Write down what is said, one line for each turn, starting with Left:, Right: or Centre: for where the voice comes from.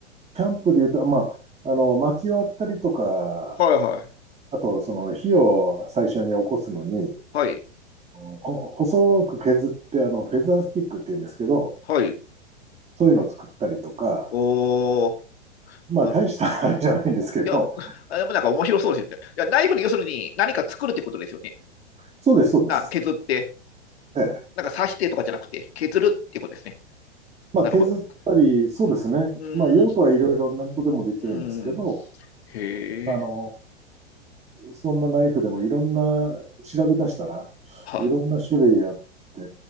Right: キャンプで言うと、まあ、あの、薪割ったりとか、
Left: はいはい。
Right: あと、その火を最初に起こすのに、
Left: はい。
Right: うんこ細く削って、あの、フェザースティックって言うんですけど、
Left: はい。
Right: そういうのを作ったりとか、
Left: おー、
Right: まあ大したあれじゃないんですけど、
Left: なるほど。いや、あでもなんか面白そうですよね。いや、ナイフで要するに何か作るってことですよね。
Right: そうです、そうです。
Left: な削って、
Right: ええ。
Left: なんか刺してとかじゃなくて、削るってことですね。
Right: まあ削ったり、
Left: なるほど。
Right: そうですね。
Left: うん。うーん。
Right: まあ用途はいろいろ何とでもできるんですけど、
Left: うーん。へえ。
Right: あのーそんなナイフでもいろんな、調べ出したら
Left: は、
Right: いろんな種類あって、